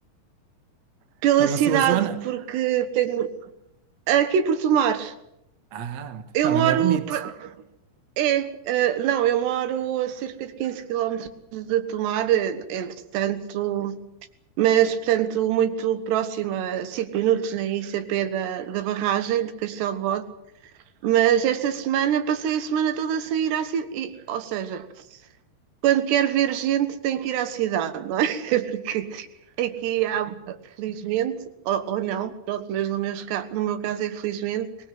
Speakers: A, on the right; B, on the right.
A: pela
B: Pela
A: cidade,
B: sua zona?
A: porque tenho. Aqui por Tomar.
B: Ah,
A: Eu
B: também
A: moro
B: é bonito.
A: É, eh, não, eu moro a cerca de 15 quilómetros de Tomar, eh, entretanto, mas, portanto, muito próxima, a 5 minutos, nem isso, a pé da, da barragem de Castelo de Bode. Mas esta semana passei a semana toda sem ir à cidade, ou seja, quando quer ver gente tem que ir à cidade, não é? <laughs> Porque aqui há, felizmente, ou, ou não, pronto, mas no meu, no meu caso é felizmente,